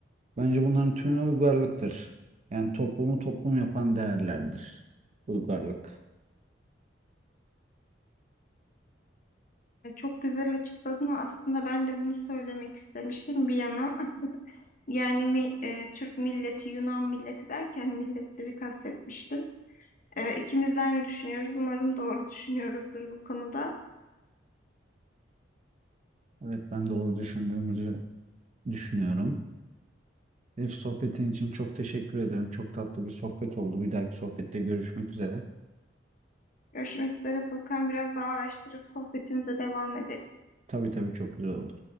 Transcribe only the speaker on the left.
E, Çok güzel açıkladın aslında ben de bunu söylemek istemiştim bir yana. Yani mi, e, Türk milleti, Yunan milleti derken milletleri kastetmiştim. E, ikimiz de aynı düşünüyoruz. Umarım doğru düşünüyoruzdur bu konuda.
Görüşmek üzere Furkan. Biraz daha araştırıp sohbetimize devam ederiz.